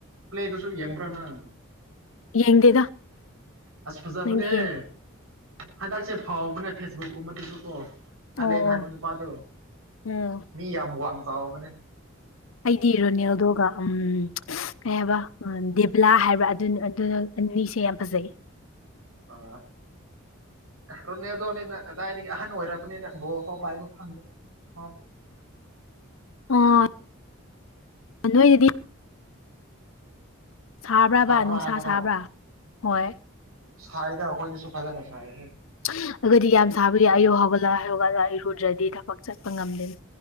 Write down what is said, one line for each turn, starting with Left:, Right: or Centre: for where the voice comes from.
Right: ꯄ꯭ꯂꯦꯗꯨꯁꯨ ꯌꯦꯡꯕ꯭ꯔꯅꯪ
Left: ꯌꯦꯡꯗꯦꯗ
Right: ꯑꯁ ꯐꯖꯕꯅꯦꯍꯦ
Left: ꯅꯪꯗꯤ ꯌꯦꯡ
Right: ꯍꯟꯗꯛꯁꯦ ꯐꯥꯎꯕꯅꯦ ꯐꯦꯁꯕꯨꯛꯀꯨꯝꯕꯗꯁꯨ ꯀ‌ꯣ ꯍꯥꯂꯦꯟ
Left: ꯑꯣ
Right: ꯍꯥꯏꯕ
Left: ꯑꯣ
Right: ꯅꯨꯄꯥꯗꯣ
Left: ꯎꯝ
Right: ꯃꯤ ꯌꯥꯝ ꯋꯥꯡ ꯆꯥꯎꯕꯅꯦ
Left: ꯑꯩꯗꯤ ꯔꯣꯅꯦꯜꯗꯣꯒ ꯎꯝ ꯀꯩ ꯍꯥꯏꯕ ꯗꯦꯕꯂꯥ ꯍꯥꯏꯕ꯭ꯔꯥ ꯑꯗꯨ ꯑꯗꯨꯅ ꯑꯅꯤꯁꯦ ꯌꯥꯝ ꯐꯖꯩ
Right: ꯑꯥ ꯔꯣꯅꯦꯜꯗꯣꯅꯤꯅ ꯀꯗꯥꯏꯗꯒꯤ ꯑꯍꯟ ꯑꯣꯏꯔꯕꯅꯤꯅ ꯕꯣꯜ ꯐꯧ ꯄꯥꯏꯕ ꯐꯪꯗꯦ ꯃꯥꯗꯤ
Left: ꯑ ꯑꯥ <unintelligible> ꯅꯣꯏꯗꯗꯤ ꯁꯥꯕ꯭ꯔꯥꯕ
Right: ꯁꯥꯕ꯭ꯔꯥ
Left: ꯅꯨꯡꯁꯥ
Right: ꯍꯥꯏꯕꯔꯣ
Left: ꯁꯥꯕ꯭ꯔꯥ ꯍꯣꯏ
Right: ꯁꯥꯏꯗ ꯑꯩꯈꯣꯏꯗꯁꯨ ꯐꯖꯅ ꯁꯥꯏꯍꯦ
Left: ꯑꯩꯈ‌ꯣꯏꯗꯤ ꯌꯥꯝ ꯁꯥꯕꯒꯤ ꯑꯌꯨꯛ ꯍꯧꯒꯠꯂ ꯍꯧꯒꯠꯂ ꯑꯩꯔꯨꯗ꯭ꯔꯗꯤ ꯊꯕꯛ ꯆꯠꯄ ꯉꯝꯗꯦꯅꯦ